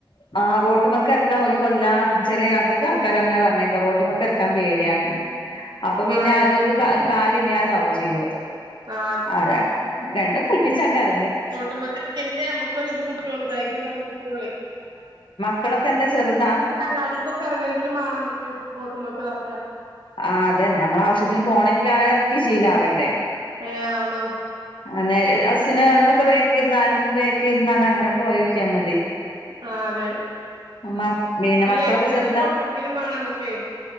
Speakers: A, on the left; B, on the right.
A: ആഹ് റോട്ടുമൊക്കെറക്കാൻ ഓൽക്കല്ലാര് ചില അധികൾക്കാരങ്ങനെ പറഞ്ഞേക്കാം റോട്ടുമൊക്കറക്കാൻ പേടിയാണ് അപ്പൊ പിന്നെ
B: ആ അതെ
A: ആരോട് ഒരു കാര്യം ഇല്ലാതാവും ചെയ്യും അത്
B: ആ
A: അതെ രണ്ടും കളിപ്പിച്ചാണ്ട് അ
B: റോട്ടുമക്കെർക്കിയങ്കേ നമ്മുക്ക് ഒരു ഇത് കിട്ടുള്ളൂ ധൈര്യംന്തൊക്കെ കിട്ടുള്ളേ
A: മക്കളൊക്കെന്താ ചെർതാ
B: അങ്ങാടിക്കൊക്കെറങ്ങണങ്കിലും മാണ നമുക്ക് റോട്ടുമക്ക് താക്കാ
A: ആഹ് അതന്നെ നമ്മളാവശ്യത്തിന് പോണെങ്കിൽ അറക്കി ശീലാവണ്ടേ
B: ഏ ആവണോ
A: അനെ അസിനോടൊക്കെ ബാക്കിൽ ഇരുന്ന് ആരോടും ബേക്കി ഇരുന്ന അങ്ങനെ പോയോ ക്കിയാ മതി
B: ആ അതെ
A: മ പിന്നെ
B: ഈ
A: മക്കളൊക്കെ
B: ലൈസൻസിന്
A: ചെറുതാ
B: കൊടുക്കണമെങ്കിലും വേണം നമുക്ക്